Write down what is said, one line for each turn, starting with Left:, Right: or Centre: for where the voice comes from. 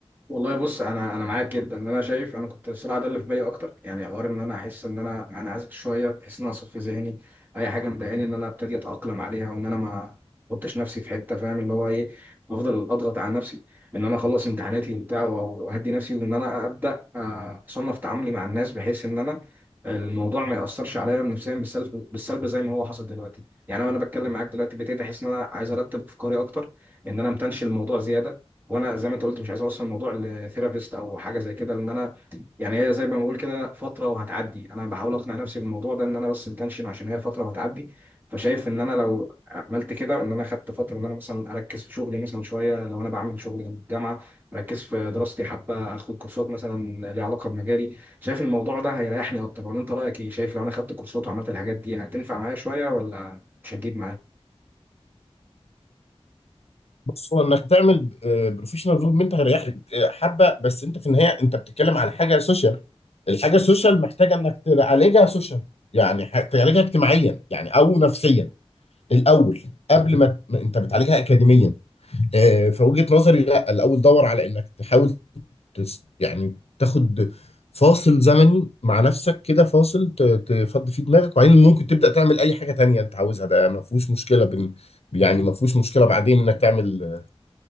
Right: والله بص انا انا معاك جدا ان انا شايف انا كنت الصراحه ده اللي في بالي اكتر يعني حوار ان انا احس ان انا انا عايز شويه احس ان انا اصفي ذهني اي حاجه مضايقاني ان انا ابتدي اتاقلم عليها وان انا ما احطش نفسي في حته فاهم اللي هو ايه افضل اضغط على نفسي ان انا اخلص امتحاناتي وبتاع و- واهدي نفسي وان انا ابدا آه، اصنف تعاملي مع الناس بحيث ان انا الموضوع ما ياثرش عليا نفسيا بالسلب بالسلب زي ما هو حصل دلوقتي يعني انا وانا بتكلم معاك دلوقتي ابتديت احس ان انا عايز ارتب افكاري اكتر ان انا ما امتنش الموضوع زياده وانا زي ما انت قلت مش عايز اوصل الموضوع لثيرابيست او حاجه زي كده لان انا يعني هي زي ما بقول كده فتره وهتعدي انا بحاول اقنع نفسي بالموضوع ده ان انا بس متنشن عشان هي فتره وهتعدي فشايف ان انا لو عملت كده ان انا خدت فتره ان انا مثلا اركز في شغلي مثلا شويه لو انا بعمل شغل جنب الجامعه اركز في دراستي حبه اخد كورسات مثلا ليها علاقه بمجالي شايف الموضوع ده هيريحني اكتر ولا انت رايك ايه شايف لو انا خدت كورسات وعملت الحاجات دي هتنفع معايا شويه ولا مش هتجيب
Left: بص هو انك تعمل بروفيشنال ديفلوبمنت هيريحك آه، حبه بس انت في النهايه انت بتتكلم على حاجه سوشيال الحاجه السوشيال محتاجه انك تعالجها سوشيال يعني ح- تعالجها اجتماعيا يعني او نفسيا الاول قبل ما ت- ما انت بتعالجها اكاديميا آه، فوجهة نظري لا الاول دور على انك تحاول تس يعني تاخد فاصل زمني مع نفسك كده فاصل ت- تفضي فيه دماغك وبعدين ممكن تبدا تعمل اي حاجه تانية انت عاوزها ده ما فيهوش مشكله بين يعني ما فيهوش مشكله بعدين انك تعمل